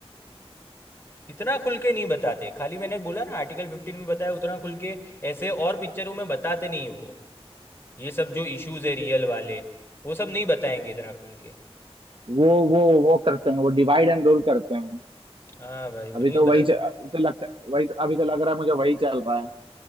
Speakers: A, on the left; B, on the right.
A: इतना खुल के नहीं बताते खाली मैंने बोला ना आर्टिकल फिफ्टीन में बताया उतना खुल के ऐसे और पिक्चरों में बताते नहीं है वो ये सब जो इश्यूज है रियल वाले वो सब नहीं बताएंगे इतना खुल के
B: वो वो वो करते हैं वो डिवाइड एंड रूल करते हैं
A: हाँ भाई वो
B: अभी
A: नहीं
B: तो
A: बताते
B: वही च- अभी तो लगता वही तो, अभी तो लग रहा है मुझे वही चल रहा है